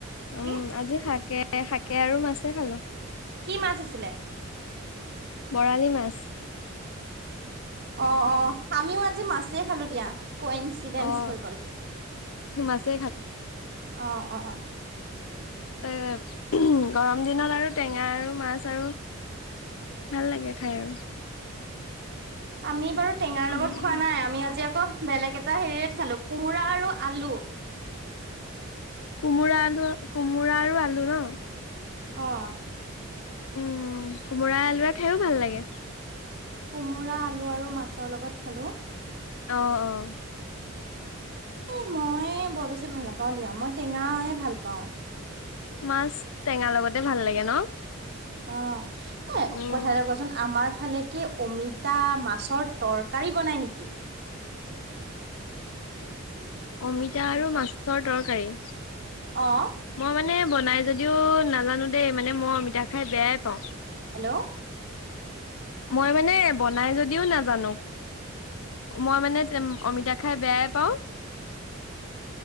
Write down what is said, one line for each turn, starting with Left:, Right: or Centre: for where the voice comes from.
Left: উম',
Right: কি
Left: আজি শাকে শাকে আৰু মাছে খালো।
Right: কি মাছ আছিলে?
Left: বৰালি মাছ।
Right: অ', অ, আমিও আজি মাছেই খালো দিয়া। ক ইনচিডেন্
Left: অ
Right: হৈ গ'ল
Left: মাছে
Right: অ, অ,
Left: এ', গৰম দিনত আৰু টেঙা আৰু মাছ আৰু ভাল লাগে। খাই আৰু
Right: আমি বাৰু টেঙাৰ
Left: উম
Right: লগত খোৱা নাই। আমি আজি আকৌ বেলেগ এটা হেৰিয়ত খালো। কোমোৰা আৰু আলু
Left: কোমোৰা আৰু কোমোৰা আৰু আলু ন?
Right: অ'।
Left: উম, কোমোৰা আলুৱে খাইও ভাল লাগে।
Right: কোমোৰা আলু আৰু মাছৰ লগত খালোঁ।
Left: অ', অ'।
Right: এই মই বৰ বেছি ভাল নাপাওঁ দিয়া, মই টেঙাই ভাল পাওঁ।
Left: মাছ টেঙাৰ লগতে ভাল লাগে ন।
Right: অ', এ
Left: উম
Right: কথা এটা কোৱাচোন আমাৰ ফালে কি অমিতা মাছৰ তৰকাৰী বনাই নেকি? <inaudible>
Left: অমিতা আৰু মাছৰ তৰকাৰী।
Right: অ'।
Left: মই মানে বনাই যদিও নাজানোঁ দেই, মানে মই অমিতা খাই বেয়াই পাওঁ।
Right: হেল্ল'।
Left: মই মানে বনাই যদিও নাজানোঁ। মই মানে অমিতা খাই বেয়াই পাওঁ।